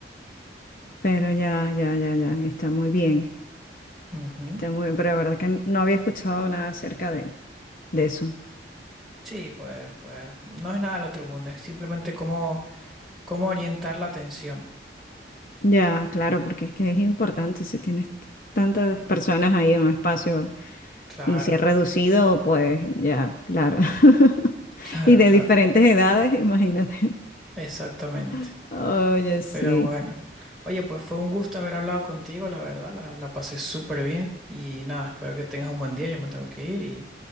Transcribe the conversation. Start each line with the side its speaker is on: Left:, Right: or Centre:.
Left: Pero ya, ya, ya, ya. Está muy bien.
Centre: Ujú.
Left: Está muy bien, pero la verdad que no había escuchado nada acerca de, de eso.
Centre: Sí, pues, pues no es nada del otro mundo, es simplemente cómo, cómo orientar la atención.
Left: Ya, claro, porque es que es importante si tienes tantas personas ahí en un espacio.
Centre: Claro,
Left: Y si es reducido, pues ya, claro. <laughs>
Centre: <laughs> claro,
Left: Y de
Centre: claro,
Left: diferentes edades, imagínate.
Centre: exactamente.
Left: <laughs> Oye, sí.
Centre: Pero bueno, oye, pues fue un gusto haber hablado contigo, la verdad, la, la pasé súper bien y nada, espero que tengas un buen día, yo me tengo que ir y,